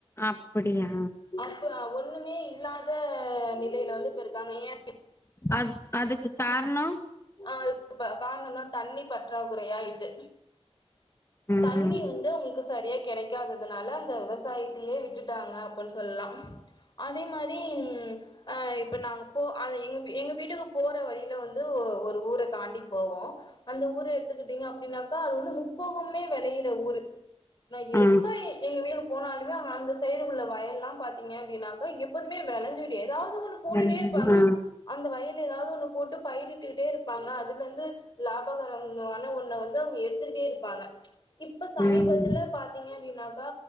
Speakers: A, on the left (about 25°); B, on the left (about 45°).
A: அப்படியா
B: இப்ப ஒன்னுமே இல்லாத நிலையில வந்து இப்ப இருக்காங்க ஏ
A: அது அதுக்கு காரணோ
B: ஆ காரணந்தான் தண்ணி பற்றாக்குறையா ஆயிட்டு
A: ம்
B: தண்ணி
A: ம்
B: வந்து உங்களுக்கு சரியா கெடைக்காததுனால அந்த விவசாயத்தையே விட்டுட்டாங்க அப்டின் சொல்லலா அதே மாரி அ இப்ப நாங்க போ அது எங்க எங்க வீட்டுக்கு போற வழியில வந்து ஒரு ஊர தாண்டி போவோ அந்த ஊரு எடுத்துக்கிட்டிங்க அப்டின்னாக்கா அது வந்து முப்போகமே வெளையிற ஊரு நா
A: ஆ
B: எப்ப எங்க வீடு போனாலுமே அவ அந்த சைடு உள்ள வயல் எல்லா பார்த்தீங்க அப்டின்னாக்கா எப்போதுமே வெளஞ்சுக்கிட்டே ஏதாவது ஒன்னு போட்டுட்டே
A: நினைஞ்சது.
B: இருப்பாங்க
A: ஆ
B: அந்த வயல ஏதாவது ஒன்னு போட்டு பயிரிட்டுக்கிட்டே இருப்பாங்க அதுல இருந்து லாபகரம் ஆனா ஒன்ன வந்து வந்து அவுங்க எடுத்துட்டே இருப்பாங்க இப்ப சமீபத்துல
A: ம்
B: பாத்து பாத்தீங்க அப்டின்னாக்கா